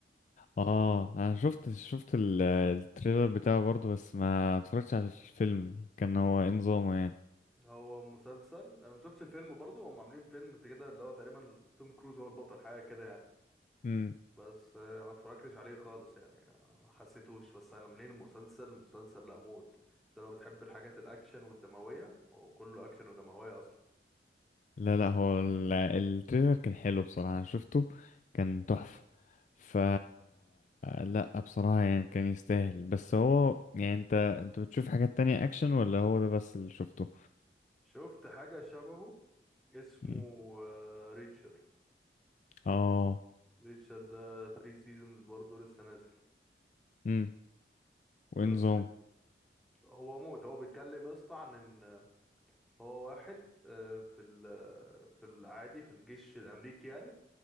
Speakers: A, on the left; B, in the centre.
A: اه انا شفت شفت ال- التريلر بتاعه برضه بس ما اتفرجتش على الفيلم كان هو إيه نظامه يعني
B: هو مسلسل انا ما شفتش الفيلم برضو هم عاملين فيلم كده اللي هو تقريبا توم كروز هو البطل حاجة كده يعني
A: امم
B: بس آه، ما اتفرجتش عليه خالص يعني آه، ما حسيتوش بس انا منين المسلسل مسلسل لا موت انت لو بتحب الحاجات الاكشن والدموية هو كله اكشن ودموية اصلا
A: لا لا هو ال- التريلر كان حلو بصراحة انا شفته كان تحفة ف لا بصراحة يعني كان يستاهل بس هو يعني انت انت بتشوف حاجات تانية اكشن ولا هو ده بس اللي شفته
B: شفت حاجة شبهه اسمه
A: مم.
B: ريتشر
A: اه
B: ريتشارد ده 3 سيزونز برضه لسه نازل
A: امم وإيه
B: بس
A: نظامه
B: ر- هو موت هو بيتكلم يا اسطى عن ان هو واحد آه، في ال- آه، في العادي في الجيش الامريكي يعني